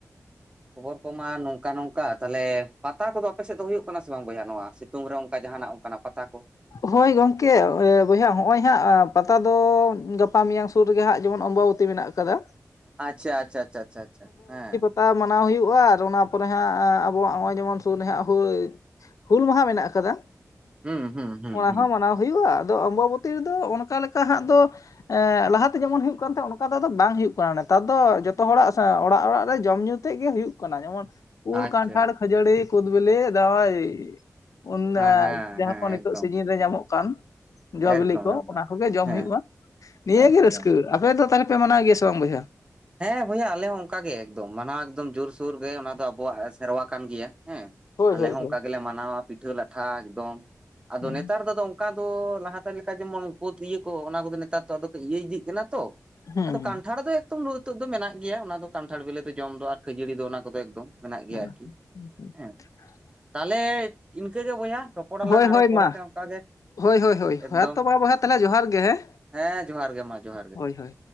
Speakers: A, on the right; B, on the left.
A: ᱠᱷᱚᱵᱚᱨ ᱠᱚᱢᱟ ᱱᱚᱝᱠᱟ ᱱᱚᱝᱠᱟ ᱛᱟᱦᱚᱞᱮ ᱯᱟᱛᱟ ᱠᱚᱫᱚ ᱟᱯᱮ ᱥᱮᱫ ᱫᱚ ᱦᱩᱭᱩᱜ ᱠᱟᱱᱟ ᱥᱮ ᱵᱟᱝ ᱵᱚᱭᱦᱟ ᱱᱚᱣᱟ ᱥᱤᱛᱩᱝ ᱨᱮ ᱚᱱᱠᱟ ᱡᱟᱦᱟᱸᱱᱟᱜ ᱚᱱᱠᱟᱱᱟᱜ ᱯᱟᱛᱟ ᱠᱚ
B: ᱦᱳᱭ ᱜᱚᱝᱠᱮ ᱵᱚᱭᱦᱟ ᱱᱚᱜᱼᱚᱭ ᱦᱟᱸᱜ ᱯᱟᱛᱟ ᱫᱚ ᱜᱟᱯᱟ ᱢᱮᱭᱟᱝ ᱥᱩᱨ ᱨᱮᱜᱮ ᱦᱟᱸᱜ ᱡᱮᱢᱚᱱ ᱚᱢᱵᱟᱵᱚᱛᱤ ᱢᱮᱱᱟᱜ ᱠᱟᱫᱟ
A: ᱟᱪᱪᱷᱟ ᱟᱪᱪᱷᱟ ᱪᱷᱟ ᱪᱷᱟ ᱪᱷᱟ ᱦᱮᱸ
B: ᱛᱟ ᱢᱟᱱᱟᱣ ᱦᱩᱭᱩᱜᱼᱟ ᱟᱨ ᱚᱱᱟ ᱯᱚᱨᱮ ᱦᱟᱸᱜ ᱟᱵᱚᱣᱟᱜ ᱱᱚᱜᱼᱚᱭ ᱡᱮᱢᱚᱱ ᱥᱩᱨ ᱦᱟᱜ ᱦᱳ ᱦᱩᱞ ᱢᱟᱦᱟ ᱢᱮᱱᱟᱜ ᱟᱠᱟᱫᱟ᱾
A: ᱦᱩᱸ ᱦᱩᱸ
B: ᱚᱱᱟ
A: ᱦᱩᱸ
B: ᱦᱚᱸ ᱢᱟᱱᱟᱣ ᱦᱩᱭᱩᱜᱼᱟ᱾ᱟᱫᱚ ᱚᱢᱵᱟᱵᱚᱛᱤ ᱨᱮᱫᱚ ᱚᱱᱠᱟ ᱞᱮᱠᱟ ᱦᱟᱸᱜ ᱫᱚ ᱞᱟᱦᱟ ᱛᱮ ᱡᱮᱢᱚᱱ ᱦᱩᱭᱩᱜ ᱠᱟᱱ ᱛᱟᱦᱮᱸ ᱚᱱᱠᱟ ᱫᱚ ᱟᱫᱚ ᱵᱟᱝ ᱦᱩᱭᱩᱜ ᱠᱟᱱᱟ᱾ᱱᱮᱛᱟᱨ ᱫᱚ ᱡᱚᱛᱚ ᱦᱚᱲᱟᱜ ᱥᱮ ᱚᱲᱟᱜ ᱚᱲᱟᱜ ᱨᱮ ᱡᱚᱢ ᱧᱩ ᱛᱮᱫ ᱜᱮ ᱦᱩᱭᱩᱜ ᱠᱟᱱᱟ᱾ᱡᱮᱢᱚᱱ ᱩᱞ
A: ᱟᱪᱪᱷᱟ
B: ᱠᱟᱱᱴᱷᱟᱲ ᱠᱷᱟᱹᱡᱟᱹᱲᱤ ᱠᱩᱫ ᱵᱤᱞᱤ ᱫᱟᱭ ᱚᱱ
A: ᱦᱮᱸ
B: ᱫᱟ
A: ᱦᱮᱸ
B: ᱡᱟᱸᱦᱟ
A: ᱦᱮᱸ
B: ᱠᱷᱚᱱ
A: ᱮᱠᱫᱚᱢ
B: ᱨᱮ ᱧᱟᱢᱚᱜ ᱠᱟᱱ ᱡᱚ
A: ᱮᱠᱫᱚᱢ
B: ᱵᱤᱞᱤ ᱠᱚ
A: ᱮᱠᱫᱚᱢ
B: ᱚᱱᱟ ᱠᱚᱜᱮ ᱡᱚᱢ
A: ᱦᱮᱸ
B: ᱦᱩᱭᱩᱜᱼᱟ ᱱᱤᱭᱟᱹ
A: ᱟᱪᱪᱷᱟ
B: ᱜᱮ ᱨᱟᱹᱥᱠᱟᱹ ᱟᱯᱮ ᱫᱚ ᱛᱟᱦᱚᱞᱮ ᱯᱮ ᱢᱟᱱᱟᱣ ᱜᱮᱭᱟ ᱥᱮ ᱵᱟᱝ ᱵᱚᱭᱦᱟ?
A: ᱦᱮᱸ ᱵᱚᱭᱦᱟ ᱟᱞᱮ ᱦᱚᱸ ᱚᱱᱠᱟᱜᱮ ᱮᱠᱫᱚᱢ ᱢᱟᱱᱟᱣ ᱮᱠᱫᱚᱢ ᱡᱳᱨᱥᱳᱨ ᱜᱮ ᱚᱱᱟ ᱫᱚ ᱟᱵᱚᱣᱟᱜ ᱥᱮᱨᱣᱟ ᱠᱟᱱ ᱜᱮᱭᱟ ᱦᱮᱸ
B: ᱦᱳᱭ
A: ᱟᱞᱮ
B: ᱦᱳᱭ
A: ᱦᱚᱸ ᱚᱱᱠᱟ
B: ᱦᱳᱭ
A: ᱜᱮ ᱞᱮ ᱢᱟᱱᱟᱣᱟ ᱯᱤᱴᱷᱟᱹ ᱞᱟᱴᱷᱟ ᱮᱠᱫᱚᱢ᱾ ᱟᱫᱚ
B: ᱦᱩᱸ
A: ᱱᱮᱛᱟᱨ ᱫᱚ ᱚᱱᱠᱟ ᱫᱚ ᱞᱟᱦᱟᱛᱮ ᱞᱮᱠᱟ ᱡᱮᱢᱚᱱ ᱠᱳᱫ ᱤᱭᱟᱹ ᱠᱚ ᱚᱱᱟ ᱠᱚ ᱫᱚ ᱱᱮᱛᱟᱨ ᱟᱫᱚ ᱤᱭᱟᱹ ᱤᱫᱤᱜ ᱠᱟᱱᱟ ᱛᱚ
B: ᱦᱩᱸ
A: ᱟᱫᱚ ᱠᱟᱱᱴᱷᱟᱲ ᱫᱚ ᱮᱠᱫᱚᱢ ᱱᱤᱛᱚᱜ ᱫᱚ ᱢᱮᱱᱟᱜ ᱜᱮᱭᱟ᱾ ᱚᱱᱟ ᱫᱚ ᱠᱟᱱᱴᱷᱟᱲ ᱵᱮᱞᱮ ᱫᱚ ᱡᱚᱢ ᱫᱚ ᱟᱨ ᱠᱷᱟᱹᱡᱟᱹᱲᱤ ᱫᱚ ᱚᱱᱟ ᱠᱚᱫᱚ ᱮᱠᱫᱚᱢ ᱢᱮᱱᱟᱜ
B: <unintelligible>
A: ᱜᱮᱭᱟ ᱟᱨᱠᱤ ᱦᱮᱸ ᱛᱟᱦᱚᱞᱮ ᱤᱱᱠᱟᱹᱜᱮ ᱵᱚᱭᱦᱟ ᱨᱚᱯᱚᱲᱟᱞᱟᱝ
B: ᱦᱳᱭ
A: ᱟᱨᱚ
B: ᱦᱳᱭ
A: ᱯᱚᱨᱮ
B: ᱢᱟ
A: ᱛᱮ ᱚᱱᱠᱟ ᱜᱮ
B: ᱦᱳᱭ ᱦᱳᱭ ᱦᱳᱭ
A: ᱮᱠᱫᱚᱢ
B: ᱦᱮᱸ ᱛᱚ ᱢᱟ ᱵᱚᱭᱦᱟ ᱛᱟᱦᱚᱞᱮ ᱡᱚᱦᱟᱨ ᱜᱮ ᱦᱮᱸ
A: ᱦᱮᱸ ᱡᱚᱦᱟᱸᱨ ᱜᱮ ᱢᱟ ᱡᱚᱦᱟᱸᱨ ᱜᱮ
B: ᱦᱳᱭ ᱦᱳᱭ